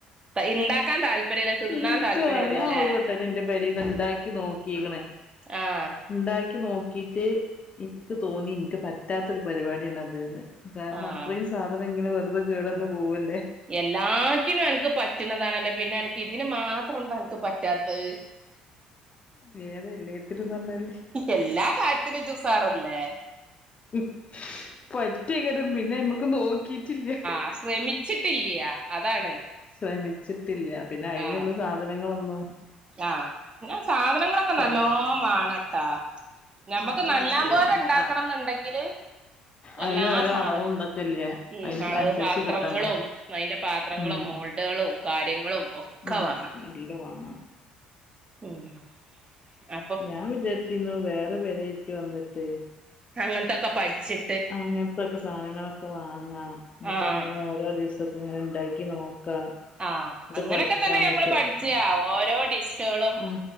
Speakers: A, on the right (about 30°); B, on the left (about 35°).
A: തൈ ഇണ്ടാക്കാൻ താല്പര്യല്ല. തിന്നാൻ
B: ഇൻകോ
A: താല്പര്യള്ളൂ
B: ഞാ
A: അല്ലെ
B: ഒരു വട്ട റ്റെ എന്റെ പെരിന്ന് ഇണ്ടാക്കി നോക്കിക്ണ്.
A: ആഹ്
B: ഇണ്ടാക്കി നോക്കിട്ട് ഇൻക്ക് തോന്നി ഇൻക്ക് പറ്റാത്ത ഒരു പരിപാടിയാണ് അത് ന്ന്. കാര്ണം
A: ആഹ്
B: അത്രേം സാധനങ്ങനെ വെറുതെ കേടെന്ന് പോവല്ലേ.
A: എല്ലാറ്റിനും അൻക്ക് പറ്റ്ണതാണല്ലൊ പിന്നെ അൻക്ക് ഇതിന് മാത്രം എന്താ അൻക്ക് പറ്റാത്ത്.
B: <inaudible> ഏത് എല്ലേത്തിലുന്നർഞ്ഞാല്.
A: എല്ലാ കാര്യത്തിനും ഇജുസാറല്ലേ.
B: ഹ്‌മ് പറ്റോക്കേരം പിന്നെ ഐമക്ക് നോക്കിട്ടില്ല.
A: അഹ് ശ്രമിച്ചിട്ടില്ല അതാണ്.
B: ശ്രമിച്ചിട്ടില്യ പിന്നെ അയ്നുള്ള
A: ആഹ്
B: സാധനങ്ങളൊന്നും.
A: ആഹ് ങ്ങൾ സാധനങ്ങളൊ. ക്ക
B: പൈസ
A: നല്ലോ വേണട്ടാ അമ്മക്ക്
B: അതാ
A: നല്ലാൻ
B: വിഷയം
A: പോലെ ഇണ്ടാക്കണംന്ന്ണ്ടെങ്കില്.
B: ആ
A: എല്ലാ
B: അയിന് ഓരോ
A: സാധനനും
B: അളവും ഇതൊക്കെല്ലേ
A: ഉം
B: അയിന്
A: അളവ്
B: അനുസരിച്ച്
A: പാത്രങ്ങളും
B: കിട്ടണ്ടേ
A: അയ്ന്റെ പാത്രങ്ങളും
B: ഉം
A: മോൾ ഡേളും കാര്യങ്ങളും ഒക്കെ
B: ഉം
A: വേണം.
B: എല്ല് വാണം
A: ഉം അ.
B: ഞാൻ വിജാര്ച്ചിരുന്നു വേറെ പേരായിറ്റ് വന്നിട്ട്.
A: അങ്ങൻത്തൊക്കെ പട്ച്ച്.
B: അങ്ങൻ ത്തൊക്കെ സാനങ്ങളൊക്കെ വാങ്ങാ ന്ന്ട്ട്ങ്ങനെ
A: ആഹ്
B: ഓരോ ദിവസ. ങ്ങനെ ഇണ്ടാക്കി നോക്കാ.
A: ആഹ്
B: എന്നിട്ട്
A: അങ്ങനൊക്കെ
B: പഠിച്ചാന്നൊക്കെ
A: തന്നെ ഞമ്മൾ പഠിച്ചാ ഓരോ ഡിസെ. ട്ടേളും
B: ആ